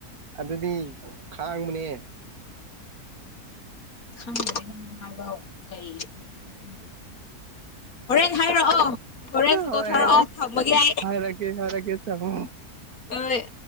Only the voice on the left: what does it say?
ꯈꯪꯅꯅꯤ ꯅꯪ ꯍꯥꯏꯕ ꯀꯩ ꯍꯥꯏꯅꯣ ꯈꯪꯗꯦ ꯍꯣꯔꯦꯟ ꯍꯥꯏꯔꯛꯑꯣ ꯍꯣꯔꯦꯟ ꯐꯣꯇꯣ
ꯊꯥꯔꯛꯑꯣ
ꯊꯝꯃꯒꯦ ꯑꯩ
ꯍꯣꯏ